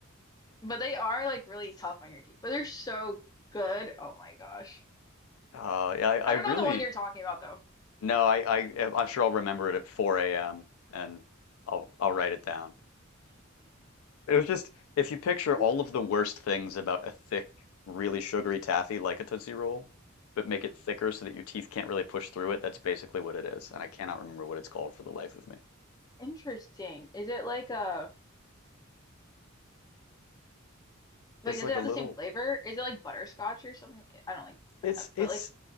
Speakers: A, on the left; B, on the left.
A: but they are like really tough on your teeth, but they're so good. Oh my gosh.
B: Uh, yeah, I, I
A: I
B: really
A: don't know the one you're talking about though.
B: no, I, I I'm sure I'll remember it at 4 a.m. and I'll I'll write it down. It was just if you picture all
A: <laughs>
B: of the worst things about a thick, really sugary taffy like a Tootsie Roll, but make it thicker so that your teeth can't really push through it, that's basically what it is. And I cannot remember what it's called for the life of me.
A: Interesting. Is it like a like
B: It's
A: does
B: like
A: it have
B: a little.
A: the same flavor? Is it like butterscotch or something? I don't like
B: It's
A: that,
B: it's
A: but like